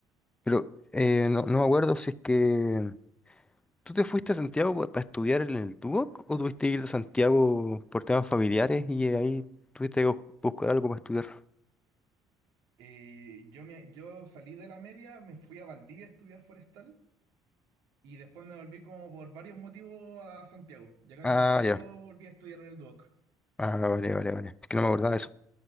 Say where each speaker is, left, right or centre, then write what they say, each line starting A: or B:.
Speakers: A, on the left; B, on the right.
A: Pero eh, no, no me acuerdo si es que tú te fuiste a Santiago para estudiar en el Duoc o tuviste que ir a Santiago por temas familiares y eh, ahí tuviste que bus- buscar algo para estudiar.
B: Eh, yo, me, yo salí de la media, me fui a Valdivia a estudiar forestal y después me volví como por varios motivos a Santiago. Y acá
A: Ah,
B: en Santiago
A: ya.
B: volví a estudiar en el Duoc.
A: Ah, vale, vale, vale. Es que no me acordaba de eso.